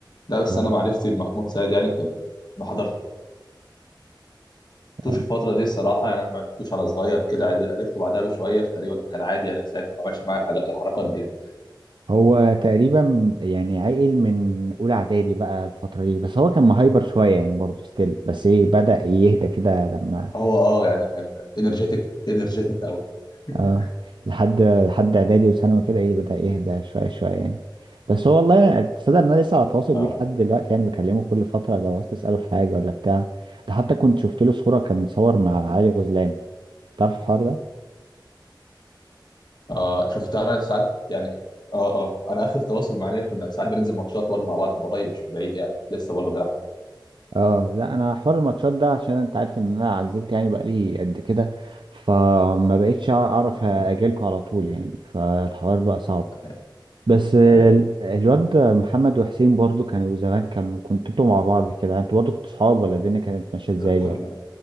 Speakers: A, on the left; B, on the right.
A: لا بس
B: اه
A: انا معرفتي بمحمود سعيد يعني كان ما حضرت لعبتوش
B: آه.
A: الفترة دي الصراحة يعني أنا ما لعبتوش على صغير كده عد- عرفته بعدها بشوية فتقريبا كان عادي يعني من ساعتها ما عملش معايا الحاجات- الحركات دي
B: هو تقريبا يعني عقل من اولى اعدادي بقى الفتره دي بس هو كان مهايبر شويه يعني برضه ستيل بس ايه بدأ يهدى كده لما
A: هو أه يعني كان إنرجيتك إنرجيتك أوي <laughs>
B: اه لحد لحد اعدادي وثانوي كده ايه بدأ يهدى شوية شوية يعني بس هو والله يعني تصدق ان انا لسه على تواصل
A: أه
B: بيه لحد دلوقتي يعني بكلمه كل فترة لو عاوز تسأله في حاجة ولا بتاع ده حتى كنت شفت له صورة كان متصور مع علي غزلان تعرف الحوار ده؟
A: أه شفتها أنا ساعات يعني أه أه أنا آخر تواصل معايا كنا ساعات بننزل ماتشات برضه مع بعض من قريب مش من بعيد يعني لسه برضه بنلعب
B: اه لا انا حوار الماتشات ده عشان انت عارف ان انا عزلت يعني بقالي قد كده فما بقيتش اعرف اجيلكوا
A: أه
B: على طول يعني فالحوار بقى صعب
A: أيوه
B: بس ال-
A: أيوه.
B: الواد محمد وحسين برضو كانوا زمان كانوا كنتوا انتوا مع بعض كده انتوا برضو كنتوا صحاب ولا الدنيا كانت ماشيه ازاي
A: كنا
B: ولا